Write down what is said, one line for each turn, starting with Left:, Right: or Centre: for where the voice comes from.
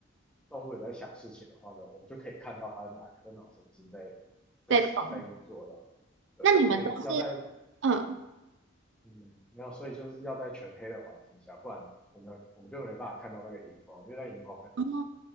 Centre: 动物有在想事情的话呢，我们就可以看到它的哪颗脑神经在在在运作了。
Right: 在动。
Centre: 对，
Right: 那你们都
Centre: 所以要在
Right: 嗯
Centre: 嗯没有，所以就是要在全黑的环境下，不然我们我们就没办法看到那个荧光，因为那荧光很多
Right: 哦，